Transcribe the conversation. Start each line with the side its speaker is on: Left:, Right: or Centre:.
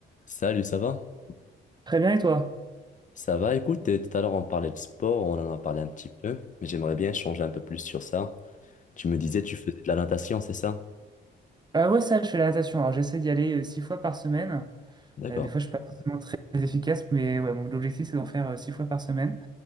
Left: Salut, ça va?
Right: Très bien, et toi?
Left: Ça va, écoute, et tout à l'heure on parlait de sport, on en a parlé un petit peu, mais j'aimerais bien changer un peu plus sur ça. Tu me disais, tu faisais de la natation, c'est ça?
Right: Euh, ouais, ça, je fais la natation. Alors, j'essaie d'y aller euh, six fois par semaine.
Left: D'accord.
Right: Euh, des fois, je suis pas forcément très efficace, mais ouais, mon objectif, c'est d'en faire euh, six fois par semaine.